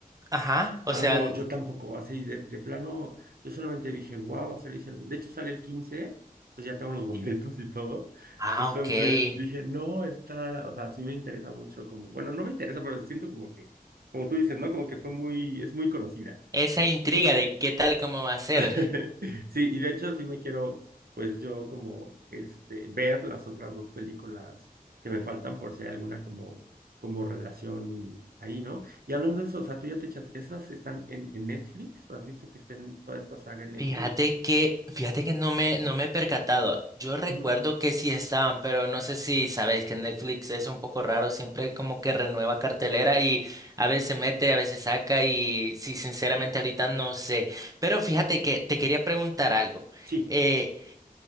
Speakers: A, on the right; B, on the right.
A: Ajá, o
B: Ah,
A: sea,
B: no,
A: n-
B: yo tampoco, así de, de plano, yo solamente dije, wow, va a salir Sergio". De hecho, sale el 15, entonces ya tengo los <laughs> boletos y todo.
A: ah,
B: Entonces
A: ok. E-
B: dije, no, está, o sea, sí me interesa mucho, como, bueno, no me interesa, pero siento como que, como tú dices, ¿no? Como que fue muy, es muy conocida.
A: Esa intriga de qué tal, cómo va a ser.
B: <laughs> Sí, y de hecho sí me quiero, pues yo como, este, ver las otras dos películas que me faltan por si hay alguna como, como relación ahí, ¿no? Y hablando de eso, o sea, tú ya te echas, ¿esas están en, en Netflix? ¿Has visto que estén toda esta saga en Netflix?
A: Fíjate que, fíjate que no me, no me he percatado. Yo recuerdo
B: Ujú.
A: que sí estaban, pero no sé si sabes que Netflix es un poco raro, siempre como que renueva cartelera y a veces mete, a veces saca y sí, sinceramente ahorita no sé. Pero fíjate que te quería preguntar algo.
B: Sí.
A: Eh,